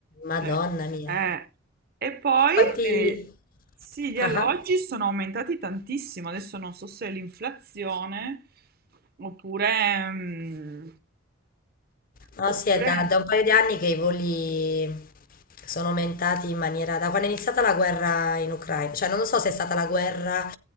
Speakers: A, on the left (about 40°); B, on the right (about 45°).
A: Madonna
B: Cioè,
A: mia.
B: eh, e poi
A: Quanti...
B: eh, sì, gli
A: Ah,
B: alloggi
A: ah.
B: sono aumentati tantissimo. Adesso non so se è l'inflazione oppure, mm,
A: No,
B: oppure
A: sì, è da, da un paio di anni che i voli sono aumentati in maniera... Da quando è iniziata la guerra in Ucraina, cioè non lo so se è stata la guerra